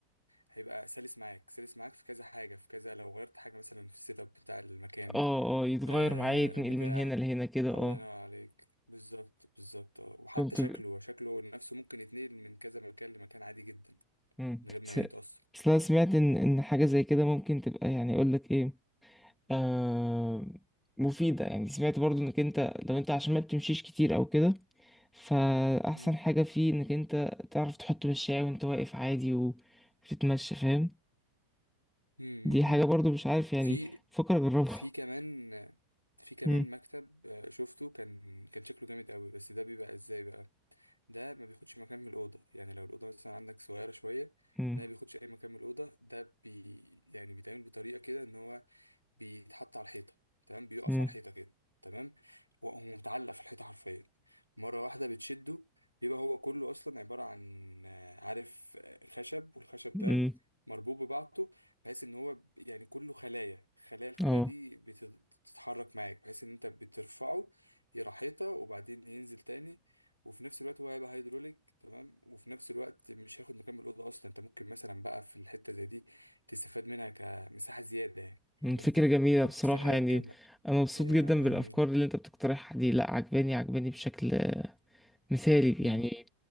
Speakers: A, on the left; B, in the centre.
A: هيبقى سلس معاك سلس معاك في كذا حاجة في كذا لو غيرت حاجة مثلا في السيت اب بتاع المكان
B: اه اه يتغير
A: آه
B: معايا يتنقل
A: بتاع
B: من هنا لهنا كده اه
A: الله ينور عليك بالظبط بالظبط آه. وحتى
B: كنت
A: شكله شكله نفسه ممكن يتنقل من كذا مكان لمكان عادي جدا
B: امم
A: من غير ما
B: س...
A: يتأثر
B: بس أنا سمعت ان ان حاجة زي كده ممكن تبقى يعني اقول لك ايه آه، مفيدة يعني سمعت برضو انك انت لو انت عشان ما بتمشيش كتير او كده فأحسن
A: مم.
B: حاجة فيه انك انت تعرف تحط مشاية وانت واقف عادي و- وتتمشى فاهم
A: مم.
B: دي حاجة
A: مم.
B: برضو مش عارف يعني
A: في
B: فكر اجربها
A: في كمان
B: <laughs>
A: في كمان
B: مم،
A: مكتب آه، شفته كان كان شكله جامد قوي بس ده بيبقى ازاي بقى ده ما بياخدش مكان من الأوضة يعني لو الأوضة مثلا عندك صغيرة شوية
B: مم،
A: ده ما بياخدش أي مكان من الأوضة ده بي يعني بيتعمل بطريقة كده إن هو بيتحط على الحيطة تمام بيقف
B: مم،
A: على الحيطة كده تمام وهو متعلق في الحيطة حرفيا مرة واحدة بتشده بيبقى هو كله أصلا عبارة عن آه، عارف آه، خشب والخشب
B: مم.
A: ده مربوط ببعضه بحيث ان هو ب- يعني كله خلايا خلايا الخلايا
B: اه
A: دي بتت- بتتحرك معاك بحيث ان انت بترفعه يروح حيطة وبعدين ينزل تاني وفي نفس الوقت هو هيبقى هيدروليك تمام وفي نفس الوقت مش هياخد مكان من الأوضة أصلا أنت ممكن مثلا بقى في الحتة زي دي تستفاد منها كمساحة زيادة يعني
B: مم،
A: فاهم
B: فكرة
A: قصدي؟
B: جميلة
A: تحط
B: بصراحة
A: فيها أيا
B: يعني
A: كان بقى
B: انا مبسوط
A: هي
B: جدا
A: هي
B: بالافكار
A: جميلة
B: اللي انت بتقترحها دي لا عجباني عجباني بشكل مثالي
A: مم.
B: يعني